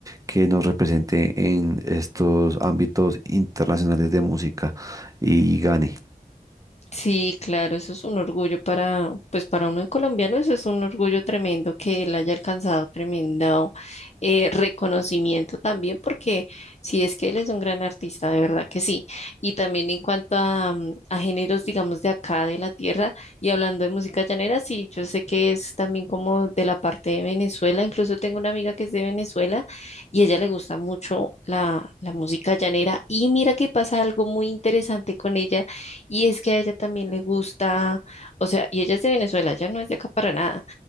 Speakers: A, on the right (about 20°); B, on the left (about 45°).
A: que nos represente en estos ámbitos internacionales de música y gane.
B: Sí, claro, eso es un orgullo para, pues para uno de colombiano, eso es un orgullo tremendo que él haya alcanzado tremendo eh, reconocimiento también, porque sí es que él es un gran artista, de verdad que sí. Y también en cuanto a, mm, a géneros, digamos, de acá, de la tierra, y hablando de música llanera, sí, yo sé que es también como de la parte de Venezuela, incluso tengo una amiga que es de Venezuela y a ella le gusta mucho la, la música llanera. Y mira que pasa algo muy interesante con ella y es que a ella también le gusta, o sea, y ella es de Venezuela, ella no es de acá para nada.